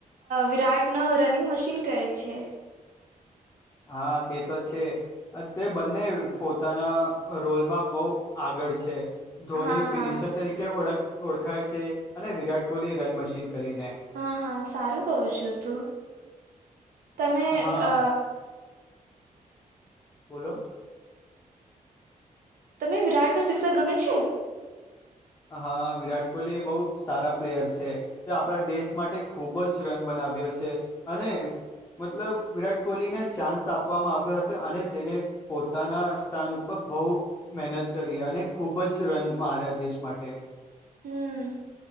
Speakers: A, on the right (about 80°); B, on the left (about 20°).
A: વિરાટ નો રનિંગ મશીન કહે છે.
B: હા તે તો છે. અત્યારે બંને પોતાના રોલમાં બહુ આગળ છે. ધોની
A: હા
B: ફિનિશર
A: હા
B: તરીકે ઓળ ઓળખાય છે અને વિરાટ કોહલી રન મશીન કરીને
A: હા હા સારું કવ છું તું તમે
B: હા
A: અ
B: બોલો
A: તમેને વિરાટનો શિક્ષક ગમે છે.
B: હાઅ વિરાટ કોહલી બહુ સારા પ્લેયર છે. તે આપણા દેશ માટે ખૂબ જ રન બનાવ્યો છે. અને મતલબ વિરાટ કોહલીને ચાન્સ આપવામાં આવ્યો હતો અને તેને પોતાના સ્થાન ઉપર બહું મહેનત કરી અને ખુબ જ રન મારા દેશ માટે
A: હમ